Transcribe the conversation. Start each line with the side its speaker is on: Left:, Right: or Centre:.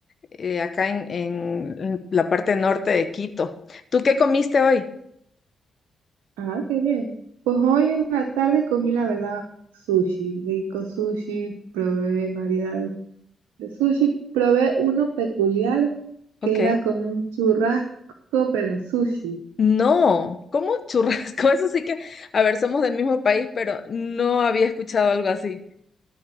Left: eh, acá en, en- en la parte norte de Quito. ¿Tú qué comiste hoy?
Right: Ah, qué bien. Pues hoy en la tarde comí la verdad sushi, rico sushi, probé variedades de sushi, probé uno peculiar que
Left: Ok.
Right: era como un churrasco pero en sushi.
Left: No, ¿cómo churrasco? <laughs> Eso sí que, a ver, somos del mismo país, pero no había escuchado algo así.